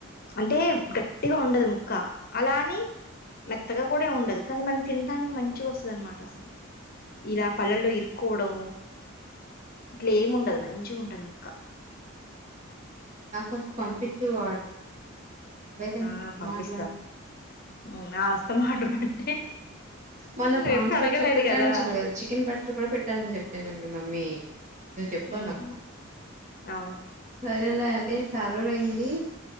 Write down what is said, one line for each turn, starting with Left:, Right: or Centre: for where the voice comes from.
Left: అంటే గట్టిగా ఉండదు ముక్క అలాని మెత్తగా కూడా ఉండదు కానీ మనం తినటానికి మంచిగా వస్తుంద అనమాట అసలు ఇలా పళ్లల్లో ఇరుక్కోవడం ఇట్లా ఏముండదు మంచిగ ఉంటది ముక్కా
Right: నాకు కొంచెం పంపించు వాడ నవబయి తండి
Left: ఆ
Right: నాకుమట్లో
Left: పంపిస్తా
Right: <inaudible>
Left: మ్మ్ ఆ వస్తమాడు అంటే
Right: మొన్న
Left: నువ్వు
Right: ప్రాన్స్
Left: ఎప్పుడు అడగలేదు
Right: పచ్చడి పెట్టాని
Left: కదా
Right: నువ్వు చెప్పగదా చికెన్ <inaudible> పచ్చడి కూడా పెట్టానని చెప్పింది మీ మమ్మీ నువ్వు చెప్పావు
Left: మ్మ్
Right: నాకు
Left: అవును
Right: సరేలే అదే చాలా అయింది